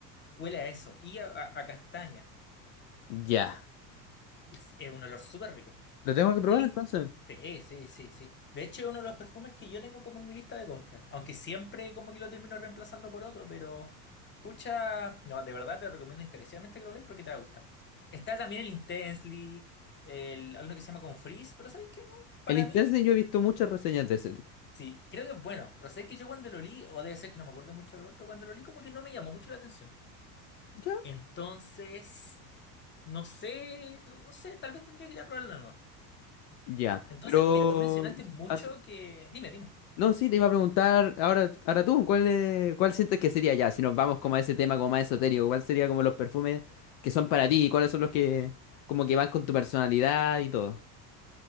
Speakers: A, on the left; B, on the left.
A: Huele a eso, y a, a- a castaña.
B: Ya.
A: Es, es un olor súper rico.
B: Lo tengo que probar
A: El in-
B: entonces.
A: Sí, sí, sí, sí. De hecho, es uno de los perfumes que yo tengo como en mi lista de compras, aunque siempre como que lo termino reemplazando por otro, pero pucha, no, de verdad te recomiendo encarecidamente que lo leas porque te va a gustar. Está también el Intensely, el, hay uno que se llama Con Frizz. pero ¿sabéis qué? No, para
B: El Intensity
A: mí...
B: yo he visto muchas reseñas de ese tipo.
A: Sí, creo que es bueno, pero sé que yo cuando lo li o debe ser que no me acuerdo mucho el olor, pero cuando lo li como que no me llamó mucho la atención.
B: ¿Ya?
A: Entonces, no sé, no sé, tal vez tendría que ir a probarlo de nuevo.
B: Ya.
A: Entonces,
B: Pero.
A: mira, tú mencionaste mucho
B: ah, su-
A: que... Dime, dime.
B: No, sí, te iba a preguntar. Ahora, ahora tú, ¿cuál, es- cuál sientes que sería ya? Si nos vamos como a ese tema como más esotérico, ¿cuál sería como los perfumes que son para ti? ¿Cuáles son los que como que van con tu personalidad y todo?